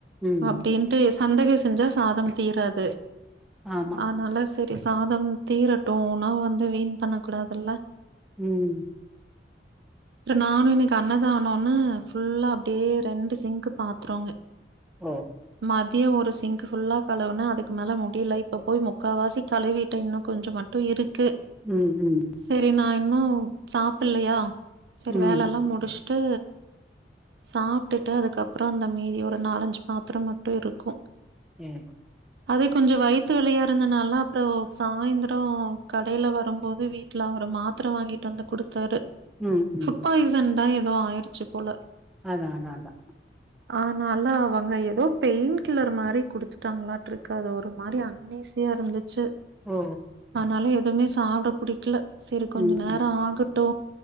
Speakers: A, in the centre; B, on the right (about 70°).
A: ம்
B: அப்டின்ட்டு சந்தகை செஞ்சா சாதம் தீராது
A: ஆமா
B: அதனால சரி சாதம் தீரட்டு உணவு வந்து வீண் பண்ண கூடாதுல்ல
A: ம்
B: இல்ல நானு இன்னைக்கு அண்ணதானனு ஃபுல்லா அப்படியே ரெண்டு சிங்க் பாத்திறோங்க
A: ஓ
B: மதிய ஒரு சிங்க் ஃபுல்லா கலுவுன அதுக்கு மேல முடியல இப்ப போய் முக்காவாசி கழிவிட்டு இன்னு கொஞ்ச மட்டு இருக்கு
A: ம் ம்
B: சரி நா இன்னு சாப்பல்லையா சரி
A: ம்
B: வேல எல்லா முடிச்சுட்டு சாப்ட்டுட்டு அதுக்கப்பறோ அந்த மீதி ஒரு நாலஞ்சு பாத்திர மட்டு இருக்கு
A: ம்
B: அது கொஞ்ச வயித்து வலியா இருந்தனால அப்பறோ சாய்ந்தர கடையில வரும்போது வீட்ல அவரு மாத்திர வாங்கிட்டு வந்து குடுத்தாரு
A: ம் ம்
B: ரீசண்டா ஏதோ ஆயிடுச்சி போல
A: அதா அதா அதா
B: ஆனால அவங்க ஏதோ பெயிண்ட் கில்லர் மாரி குடுத்துட்டாங்களான்ட்ருக் அது ஒரு மாரி அன்ஈசியா இருந்துச்சு
A: ஓ
B: ஆனால எதுவுமே சாப்பட புடிக்கல சரி கொஞ்ச
A: ம்
B: நேர ஆகட்டு